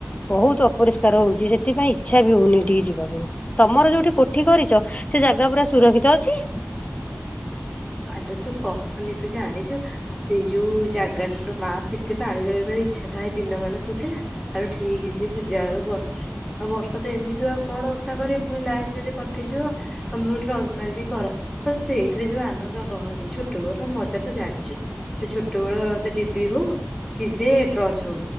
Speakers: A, on the left (about 30°); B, in the centre.
A: ବହୁତ୍ ଅପରିଷ୍କାର ହଉଛି, ସେଥିପାଇଁ ଇଚ୍ଛା ବି ହଉନି ଏଠିକି ଯିବାକୁ ତମର ଯୋଉଠି କୋଠି କରିଛ ସେ ଜାଗା ପୁରା ସୁରକ୍ଷିତ ଅଛି।
B: ଆଲୋ ତୁ କହନି ତୁ ଜାଣିଛୁ ସେଇ ଯୋଉଁ ଜାଗା ଲୋ ମା ଏତେ ପାଣି ରହିବାରେ ଇଚ୍ଛା ଥାଏ ଦିନମାନେ ସୁଖେନା। ଆଲୋ ଠିକ୍ ସେଇ ପୂଜା ବେଳୁ ବର୍ଷା। ଆଉ ବର୍ଷା ତ ଏମିତି ଆଉ କଣ ଓଷା କରିବୁ ପୁଣି ଲାଇନ ଯଦି କଟିଯିବ। ତମକୁ ଟ୍ରଚ୍ ମାରିକି କର। ତ ସେଇଥିରେ ଯୋଉ ଆନନ୍ଦ ତ କହନି ଛୋଟ ବଳର ମଜା ତ ଜାଣିଛୁ। ସେ ଛୋଟ ବେଳ ସେ ଡିବି ହୋଉ କି ସେ ଟ୍ରଚ୍ ହଉ।